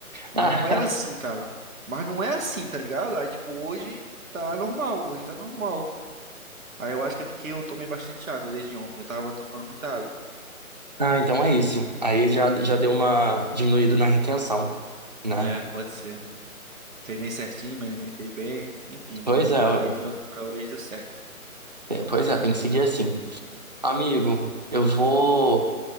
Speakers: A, on the right (about 65°); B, on the right (about 30°).
A: Mas
B: <laughs>
A: não era assim, cara. Mas não é assim, tá ligado? Aí, tipo, hoje tá normal, hoje tá normal. Aí eu acho que é porque eu tomei bastante água desde ontem. Eu tava tomando muita água.
B: Ah, então é isso. Aí já, já deu uma diminuída na retenção, né?
A: É, pode ser. Treinei certinho, me alimentei bem. Enfim,
B: Pois
A: deu,
B: é,
A: deu-
B: ué.
A: aí de ontem pra hoje deu certo.
B: É, pois é, tem que seguir assim. Amigo, eu vou